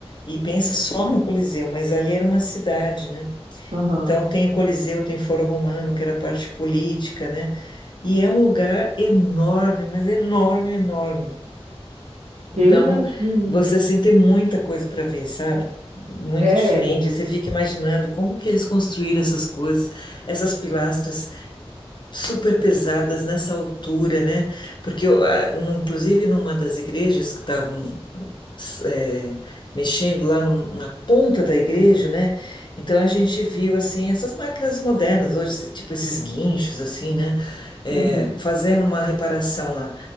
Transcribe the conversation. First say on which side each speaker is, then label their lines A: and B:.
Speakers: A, on the left; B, on the right.
A: e pensa só no Coliseu, mas ali era uma cidade, né?
B: Aham.
A: Então tem o Coliseu, tem o Fórum Romano, que era a parte política, né? E é um lugar enorme, mas enorme, enorme. Então,
B: Eu imagino.
A: você assim tem muita coisa para ver, sabe? Muito
B: É,
A: diferente. Você fica imaginando como que eles construíram essas coisas, essas pilastras super pesadas nessa altura, né? Porque eu, ah, no- inclusive numa das igrejas que estavam s- eh, mexendo lá no- na ponta da igreja, né? Então a gente viu assim essas máquinas modernas hoje, esse- tipo esses guinchos assim, né? Eh,
B: uhum.
A: fazendo uma reparação lá.